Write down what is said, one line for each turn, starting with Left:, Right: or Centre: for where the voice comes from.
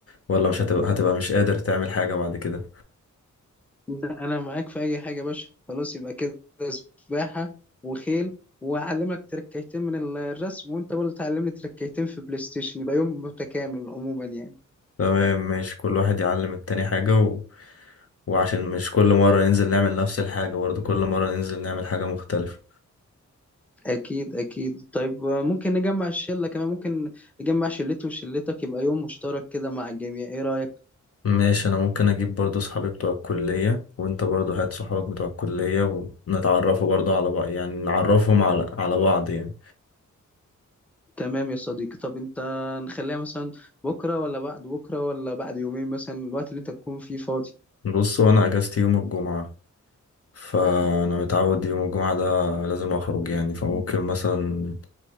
Left: ولا مش هتبقى هتبقى مش قادر تعمل حاجة بعد كده
Centre: لا انا معاك في اي حاجه يا باشا خلاص يبقى كده سباحه وخيل واعلمك تركيتين من ال- الرسم وانت برضه تعلمني تركيتين في بلاي ستيشن يبقى يوم متكامل عموما يعني
Left: تمام ماشي كل واحد يعلم التاني حاجة و... وعشان مش كل مرة ننزل نعمل نفس الحاجة برضو كل مرة ننزل نعمل حاجة مختلفة
Centre: اكيد اكيد طيب آه، ممكن نجمع الشله كمان ممكن نجمع شلتي وشلتك يبقى يوم مشترك كده مع الجميع ايه رايك
Left: ماشي أنا ممكن أجيب برضو صحابي بتوع الكلية وأنت برضو هات صحابك بتوع الكلية ونتعرفوا برضو على بعض يعني نعرفهم على على بعض يعني
Centre: تمام يا صديقي طب انت نخليها مثلا بكره ولا بعد بكره ولا بعد يومين مثلا الوقت اللي انت تكون فيه فاضي
Left: بص هو أنا أجازتي يوم الجمعة فأنا متعود يوم الجمعة ده لازم أخرج يعني فممكن مثلا